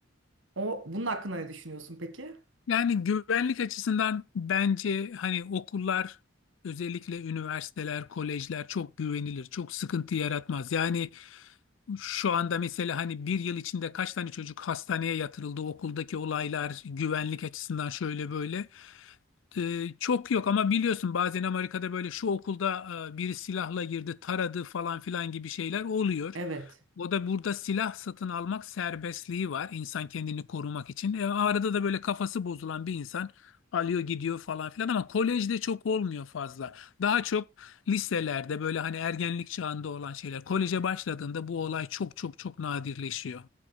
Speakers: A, on the right; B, on the left.
A: O bunun hakkında ne düşünüyorsun peki?
B: Yani güvenlik açısından bence hani okullar özellikle üniversiteler, kolejler çok güvenilir, çok sıkıntı yaratmaz. Yani şu anda mesela hani bir yıl içinde kaç tane çocuk hastaneye yatırıldı, okuldaki olaylar güvenlik açısından şöyle böyle. Ee, çok yok ama biliyorsun bazen Amerika'da böyle şu okulda e, biri silahla girdi, taradı falan filan gibi şeyler oluyor.
A: Evet.
B: O da burada silah satın almak serbestliği var insan kendini korumak için. E, arada da böyle kafası bozulan bir insan alıyor gidiyor falan filan ama kolejde çok olmuyor fazla. Daha çok liselerde böyle hani ergenlik çağında olan şeyler. Koleje başladığında bu olay çok çok çok nadirleşiyor.